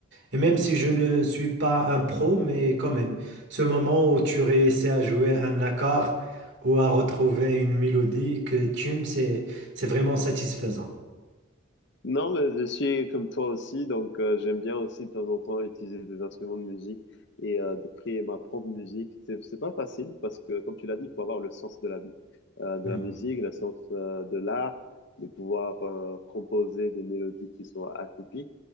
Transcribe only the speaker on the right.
Et même si je ne suis pas un pro, mais quand même, ce moment où tu réussis à jouer un accord ou à retrouver une mélodie que tu aimes, c'est, c'est vraiment satisfaisant.
Ah,